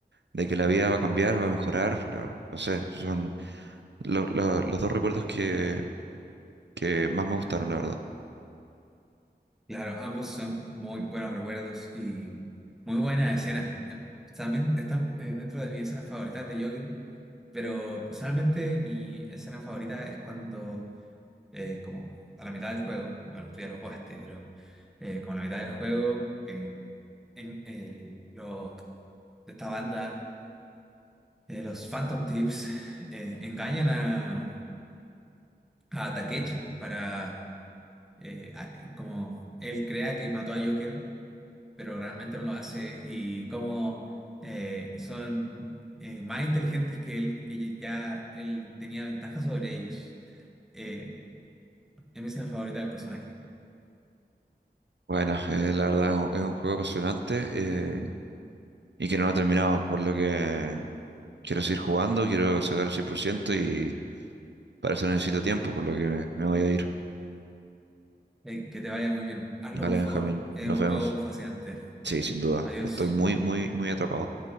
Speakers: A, on the right; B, in the centre.
A: de que la vida va a cambiar, va a mejorar. lo- no sé, son lo- lo- los dos recuerdos que, que más me gustaron, la verdad.
B: Claro, ambos son muy buenos recuerdos y muy buenas escenas. Eh, También están eh, dentro de mis escenas favoritas de Joker, pero personalmente mi escena favorita es cuando eh, como a la mitad del juego, bueno, tú ya lo jugaste, pero eh, como a la mitad del juego, eh, en, el- los de esta banda, eh, los Phantom Tips, <laughs> eh, engañan a, a Takechi para, eh, a- como él crea que mató a Joker, pero realmente no lo hace, y como eh, son eh, más inteligentes que él, que ya él tenía ventaja sobre ellos. Eh, es mi escena favorita del personaje.
A: Bueno, <laughs> eh, la verdad es un, es un juego apasionante eh, y que no lo he terminado, por lo que quiero seguir jugando, quiero sacar el 100% y para eso necesito tiempo, por lo que me, me voy a ir.
B: Eh, que te vaya muy bien. Hazlo,
A: Vale,
B: por favor.
A: Benjamín,
B: Es
A: nos
B: un
A: vemos.
B: juego fascinante.
A: Sí, sin duda,
B: Adiós.
A: estoy muy, muy, muy atrapado.